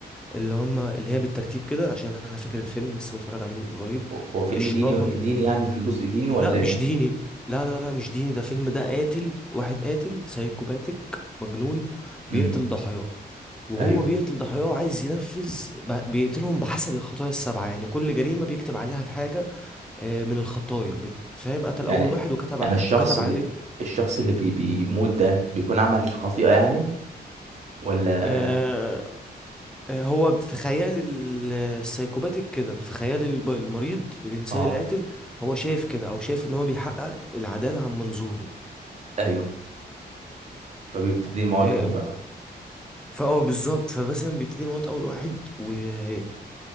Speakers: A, in the centre; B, on the right (about 40°).
A: اللي هم اللي هي بالترتيب كده عشان انا فاكر الفيلم لسه متفرج عليه من قريب
B: هو هو فيلم
A: الشراهة
B: ديني ديني يعني في جزء ديني ولا
A: لا مش
B: ايه
A: ديني لا لا لا مش ديني ده فيلم ده قاتل واحد قاتل سايكوباتيك مجنون
B: مم.
A: بيقتل ضحاياه وهو
B: ايوه
A: بيقتل ضحاياه عايز ينفذ بقى- بيقتلهم بحسب الخطايا السبعة يعني كل جريمة بيكتب عليها حاجة آه، من الخطايا فاهم قتل
B: يعني
A: اول واحد وكتب
B: يعني
A: ع-
B: الشخص
A: وكتب
B: اللي
A: عليه
B: الشخص اللي بي بيموت ده بيكون عمل خطيئة يعني ولا
A: آه، آه، هو في خيال ال- السايكوباتيك كده في خيال الب- المريض الانسان
B: اه
A: القاتل هو شايف كده او شايف ان هو بيحقق العداله عن منظوره
B: ايوه فبيبتدي موتهم
A: آه،
B: بقى
A: فاه بالظبط فمثلا بيبتدي يموت اول واحد ويبقى